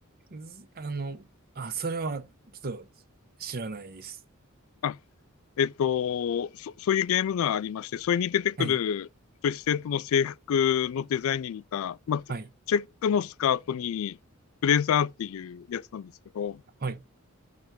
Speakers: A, on the right; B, on the left.
A: ずあの、あ、それは、ちょっと、知らないです。
B: あ、えっと、そ、そういうゲームがありまして、それに出てくる女子生徒の制服のデザインに似た、
A: はい。
B: まあ、チチェックのスカートにブレザーっていうやつなんですけど、
A: はい。はい。